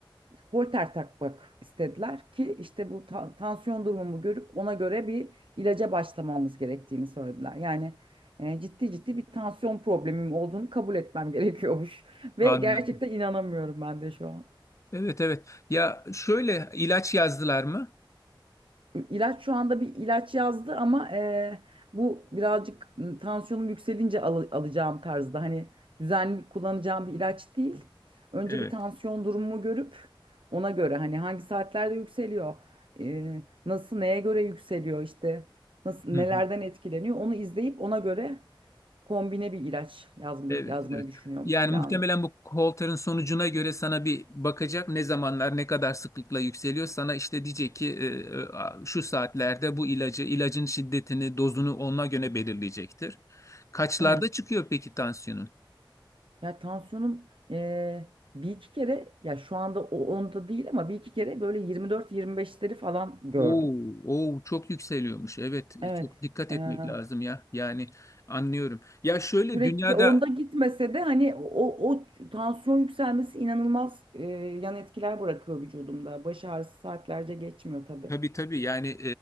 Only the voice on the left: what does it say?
Anladım.
Evet evet. Ya şöyle ilaç yazdılar mı?
Evet.
Hı hı.
Evet
evet.
Yani
muhtemelen bu Holter'ın sonucuna göre sana bir bakacak ne zamanlar ne kadar sıklıkla yükseliyor. Sana işte diyecek ki e, e, a- şu saatlerde bu ilacı, ilacın şiddetini, dozunu ona göre belirleyecektir. Kaçlarda
çıkıyor peki tansiyonun?
Oo, oo çok yükseliyormuş. Evet,
çok dikkat
etmek lazım ya. Yani anlıyorum. Ya şöyle
dünyada
Tabii tabii yani